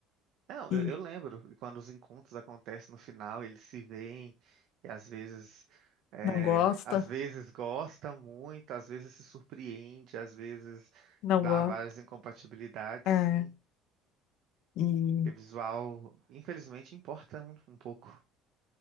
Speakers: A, on the right; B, on the left.
A: Não,
B: E
A: eu, eu lembro, e quando os encontros acontecem no final, eles se veem e às vezes, é,
B: não gosta,
A: às vezes gosta muito, às vezes se surpreende, às vezes
B: não
A: dá
B: gosta.
A: várias incompatibilidades,
B: É,
A: sim.
B: e
A: Porque visual, infelizmente, importa um, um pouco.